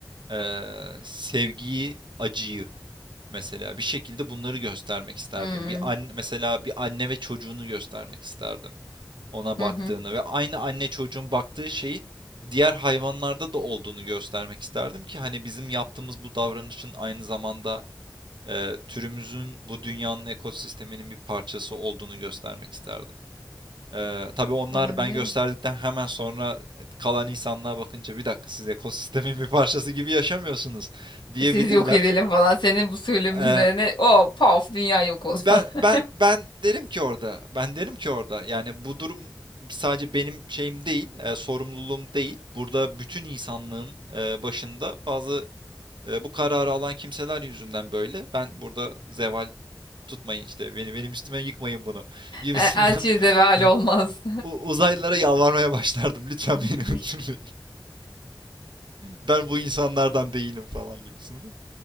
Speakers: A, on the right (about 80°); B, on the left (about 85°).
A: Ee, sevgiyi, acıyı mesela bir şekilde bunları göstermek isterdim.
B: Hmm.
A: Bir anne mesela bir anne ve çocuğunu göstermek isterdim. ona baktığını
B: Hı hı.
A: ve aynı anne çocuğun baktığı şeyin diğer hayvanlarda da olduğunu göstermek isterdim ki hani bizim yaptığımız bu davranışın aynı zamanda e, türümüzün bu dünyanın ekosisteminin bir parçası olduğunu göstermek isterdim. E, tabii onlar
B: Olabilir.
A: ben gösterdikten hemen sonra e, kalan insanlığa bakınca bir dakika siz ekosistemin bir parçası gibi yaşamıyorsunuz diyebilirler.
B: Siz yok edelim falan senin bu söylemin
A: E,
B: üzerine o paf dünya yok olma.
A: Ben ben
B: <laughs>
A: ben derim ki orada, ben derim ki orada yani bu durum sadece benim şeyim değil, e, sorumluluğum değil. Burada bütün insanlığın e, başında bazı e, bu kararı alan kimseler yüzünden böyle. Ben burada zeval tutmayın işte beni benim üstüme yıkmayın bunu gibisinden
B: E, Elçiye zeval olmaz.
A: <laughs> u- uzaylılara yalvarmaya başlardım. Lütfen
B: <laughs>
A: beni <laughs> öldürmeyin. Ben bu insanlardan değilim falan gibisinden.